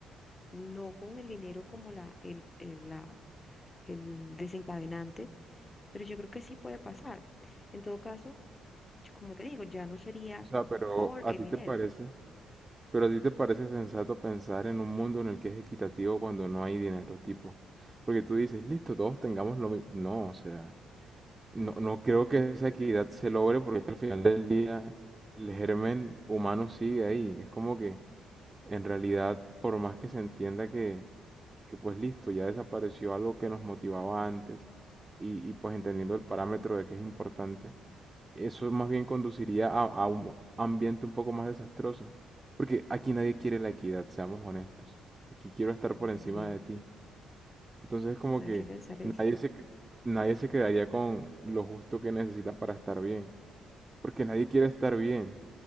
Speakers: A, on the left; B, on the right.
A: no con el dinero como la, el, el- la, el desencadenante, pero yo creo que sí puede pasar. En todo caso, yo- como te digo, ya no sería
B: O sea, pero
A: por
B: ¿a
A: el
B: ti
A: dinero.
B: te parece? Pero a ti te parece sensato pensar en un mundo en el que es equitativo cuando no hay dinero, tipo. Porque tú dices, listo, todos tengamos lo mismo. No, o sea, no, no creo que esa equidad se logre porque es que al final del día el germen humano sigue ahí. Es como que en realidad, por más que se entienda que, que pues listo, ya desapareció algo que nos motivaba antes y, y pues entendiendo el parámetro de que es importante eso más bien conduciría a, a un ambiente un poco más desastroso. Porque aquí nadie quiere la equidad, seamos honestos. Aquí quiero estar
A: Bueno,
B: por encima
A: también
B: de ti. Entonces es como
A: hay
B: que
A: que pensar eso.
B: nadie se, que- nadie se quedaría con lo justo que necesita para estar bien. Porque nadie quiere estar bien.